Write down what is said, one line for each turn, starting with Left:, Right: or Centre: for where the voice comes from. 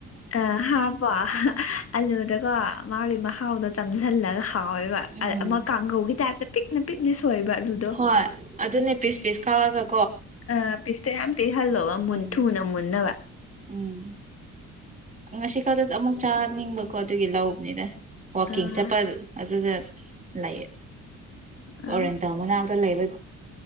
Left: ꯑ ꯍꯥꯞꯄꯣ ꯑꯂꯨꯗꯀꯣ ꯃꯥꯒꯤ ꯊꯥꯎꯗ ꯆꯪꯁꯤꯜꯂꯒ ꯍꯥꯎꯋꯦꯕ
Right: ꯎꯝ
Left: ꯑꯃ ꯀꯥꯡꯒꯧꯒꯤ ꯇꯥꯏꯞꯇ ꯄꯤꯛ ꯅꯨꯄꯤ ꯗꯤ ꯁꯣꯏꯕ ꯑꯂꯨꯗꯣ
Right: ꯍꯣꯏ ꯑꯗꯨ ꯅꯅꯦ ꯄꯤꯁ ꯄꯤꯁ ꯀꯥꯎꯒ
Left: ꯑ ꯄꯤꯁꯇ ꯌꯥꯝ ꯄꯤꯛꯍꯜꯂꯣꯕꯨꯟ
Right: ꯎꯝ
Left: ꯊꯨꯅ ꯃꯨꯟꯅꯕ
Right: ꯎꯝ ꯉꯁꯤ ꯈꯗ ꯑꯃꯃꯨꯛ ꯆꯥ ꯅꯤꯡꯕ ꯄꯣꯠ ꯑꯗꯨ ꯂ ꯍꯧꯕꯕꯅꯤꯗ ꯑꯣꯀꯤꯟ
Left: ꯎꯝ,
Right: ꯆꯄ ꯑꯗꯨ ꯑꯗꯨ ꯂꯩꯥꯏꯌꯦ
Left: ꯑ, ꯑ,
Right: ꯑꯣꯔꯦꯟ ꯇ ꯃꯅꯥꯛꯇ ꯂꯩꯕ